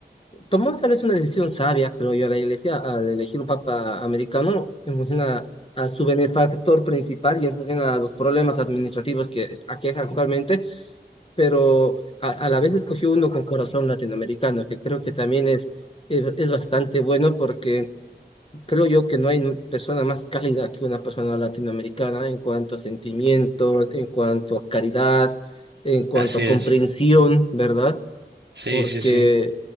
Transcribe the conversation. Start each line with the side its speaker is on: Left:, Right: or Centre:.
Left: tomó tal vez una decisión sabia, creo yo, la iglesia, al elegir un papa americano en función a, a su benefactor principal y en función a los problemas administrativos que aquejan actualmente, pero a, a la vez escogió uno con corazón latinoamericano, que creo que también es, es es bastante bueno porque Creo yo que no hay persona más cálida que una persona latinoamericana en cuanto a sentimientos, en cuanto a caridad, en cuanto
Right: Así
Left: a
Right: es.
Left: comprensión, ¿verdad?
Right: Sí,
Left: Porque,
Right: sí, sí.